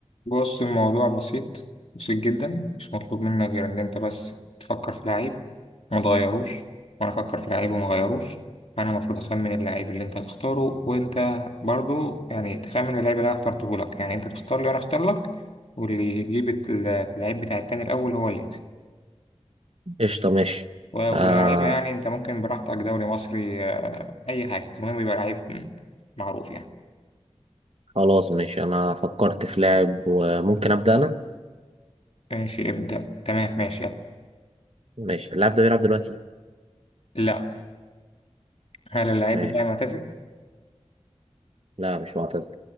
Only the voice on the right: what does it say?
قشطة ماشي
آه
خلاص ماشي أنا فكرت في لاعب وممكن أبدأ أنا
ماشي اللاعب ده بيلعب دلوقتي
ماشي.
لا مش معتزل